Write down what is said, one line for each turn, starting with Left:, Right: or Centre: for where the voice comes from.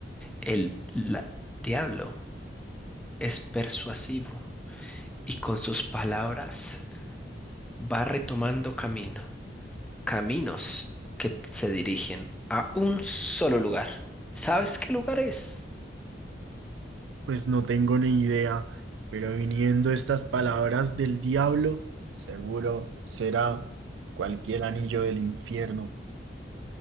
Centre: El la- diablo es persuasivo y con sus palabras va retomando camino, caminos que se dirigen a un solo lugar. ¿Sabes qué lugar es?
Right: Pues no tengo ni idea, pero viniendo estas palabras del diablo, seguro será cualquier anillo del infierno.